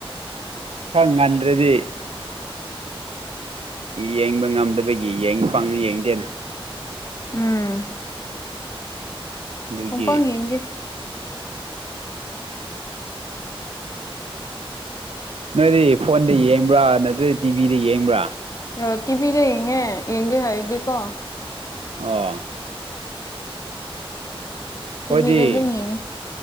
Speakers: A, on the right; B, on the left.
A: ꯈꯔ ꯉꯟꯗ꯭ꯔꯗꯤ ꯌꯦꯡꯕ ꯉꯝꯗꯕꯒꯤ ꯄꯪ ꯌꯦꯡꯗꯦꯅ
B: ꯎꯝ
A: ꯑꯗꯨꯒꯤ
B: ꯍꯄꯪ ꯌꯦꯦ
A: ꯅꯣꯏꯗꯤ ꯐꯣꯟꯗ ꯌꯦꯡꯕ꯭ꯔꯥ ꯅꯠꯇ꯭ꯔ ꯇꯤꯚꯤꯗ ꯌꯦꯡꯕ꯭ꯔꯥ
B: ꯑ ꯇꯤꯚꯤꯗ ꯌꯦꯡꯉꯦ ꯌꯦꯡꯒꯦ ꯍꯥꯏꯗꯤꯦꯀꯣ
A: ꯑꯣ ꯑꯩꯈꯣꯏꯗꯤ
B: ꯇꯤ ꯄꯤꯗ ꯑꯗꯨꯃꯤ